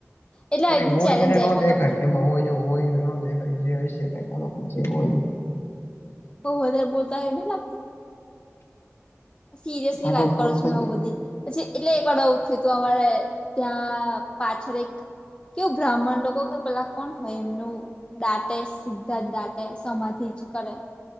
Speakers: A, on the left; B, on the left.
A: એટલે
B: પણ
A: આવી
B: એ
A: રીતની
B: હોય
A: ચેલેન્જ
B: એને નો
A: આપ્યો
B: દેખાય
A: તો મને
B: એમાં હોય એવું હોય એને ન દેખાય જે હસે કંઈક અલગ જે હોય એ
A: તો વધારે બોલતા હોય એવું નહીં લાગતું? સિરિયસલી
B: ફાટો
A: વાત
B: ફટ
A: કરું છું
B: થઈ
A: મેં
B: જાય
A: બધી પછી એટલે એક વાર આવું થયું તું અમારે ત્યાં પાછળ એક કેવું બ્રાહ્મણ લોકો કે પેલા કોણ હોય એમનું દાટે સીધા જ દાટે સમાધિ જ કરે.